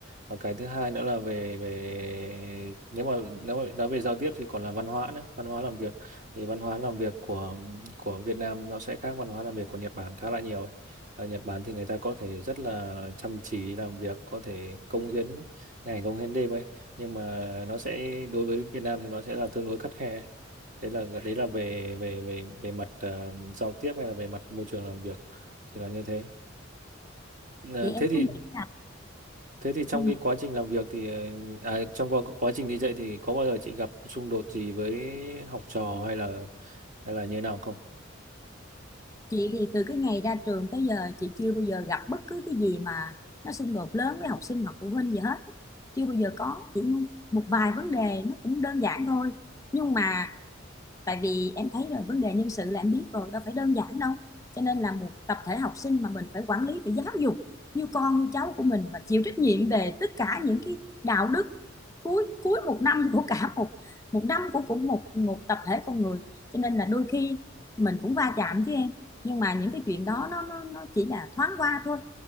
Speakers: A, on the right; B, on the left.
A: Và cái thứ hai nữa là về về nếu mà nếu mà nói về giao tiếp thì còn là văn hóa nữa, văn hóa làm việc. Thì văn hóa làm việc của của Việt Nam nó sẽ khác văn hóa làm việc của Nhật Bản khá là nhiều ấy. Ở Nhật Bản thì người ta có thể rất là chăm chỉ làm việc, có thể cống hiến ngày công hiến đêm ấy nhưng mà nó sẽ đối với Việt Nam thì nó sẽ là tương đối khắt khe đấy là đấy là về về về về mặt ờ, giao tiếp hay là về mặt môi trường làm việc thì là như thế Ờ,
B: vậy em
A: thế thì
B: không nghĩ là
A: thế thì trong
B: ừ.
A: cái quá trình làm việc thì ờ, à, trong quá, quá trình đi dạy thì có bao giờ chị gặp xung đột gì với học trò hay là hay là như thế nào không
B: Chị thì từ cái ngày ra trường tới giờ chị chưa bao giờ gặp bất cứ cái gì mà nó xung đột lớn với học sinh hoặc phụ huynh gì hết. Chưa bao giờ có, chỉ một vài vấn đề nó cũng đơn giản thôi. Nhưng mà tại vì em thấy rồi vấn đề nhân sự là em biết rồi đâu phải đơn giản đâu cho nên là một tập thể học sinh mà mình phải quản lý phải giáo dục như con như cháu của mình và chịu trách nhiệm về tất cả những cái đạo đức cuối cuối một năm của cả một một năm của cũng một một tập thể con người cho nên là đôi khi mình cũng va chạm chứ em nhưng mà những cái chuyện đó nó nó nó chỉ là thoáng qua thôi